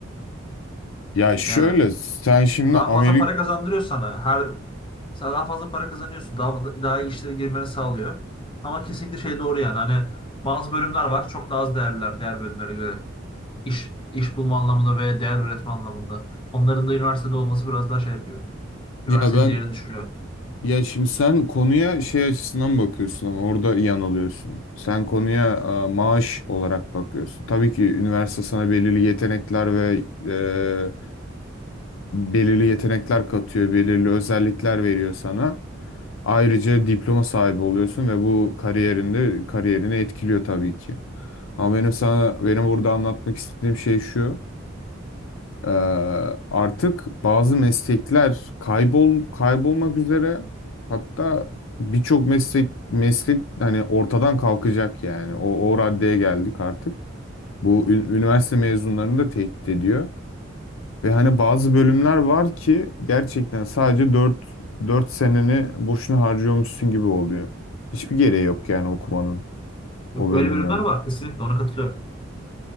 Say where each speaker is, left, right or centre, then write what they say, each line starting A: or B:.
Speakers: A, on the left (about 75°); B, on the left (about 25°).
A: Ya şöyle
B: Yani
A: sen şimdi
B: daha
A: Amerika
B: fazla para kazandırıyor sana. Her sen daha fazla para kazanıyorsun. Daha, daha iyi işlere girmeni sağlıyor. Ama kesinlikle şey doğru yani. Hani bazı bölümler var. Çok daha az değerliler diğer bölümlere göre. iş iş bulma anlamında veya değer üretme anlamında. Onların da üniversitede olması biraz daha şey yapıyor. Üniversitenin
A: ya ben
B: değerini düşürüyor.
A: Ya şimdi sen konuya şey açısından bakıyorsun ama orada yanılıyorsun. Sen konuya e, maaş olarak bakıyorsun. Tabii ki üniversite sana belirli yetenekler ve e, belirli yetenekler katıyor, belirli özellikler veriyor sana. Ayrıca diploma sahibi oluyorsun ve bu kariyerinde kariyerini etkiliyor tabii ki. Ama benim sana benim burada anlatmak istediğim şey şu. Ee, artık bazı meslekler kaybol kaybolmak üzere hatta birçok meslek meslek hani ortadan kalkacak yani o, o raddeye geldik artık. Bu ün- üniversite mezunlarını da tehdit ediyor. Ve hani bazı bölümler var ki gerçekten sadece dört dört seneni boşuna harcıyormuşsun gibi oluyor. Hiçbir gereği yok yani okumanın
B: Yok,
A: o bölümlere.
B: öyle bölümler var kesinlikle ona katılıyorum.